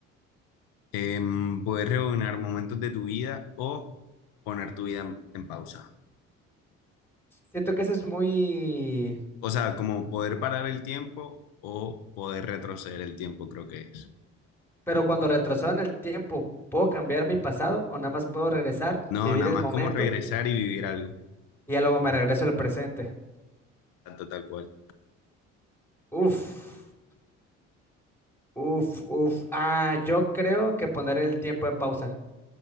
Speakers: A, on the left; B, in the centre.
A: Em, poder rebobinar momentos de tu vida o poner tu vida en, en pausa.
B: Siento que eso es muy...
A: O sea, como poder parar el tiempo o poder retroceder el tiempo, creo que es.
B: Pero cuando retrocedo en el tiempo, ¿puedo cambiar mi pasado o nada más puedo regresar,
A: No,
B: vivir
A: nada
B: el
A: más
B: momento
A: como regresar
B: y,
A: y vivir algo,
B: y ya luego me regreso al presente?
A: tanto tal cual.
B: Uf, uf, uf. Ah, yo creo que poner el tiempo en pausa.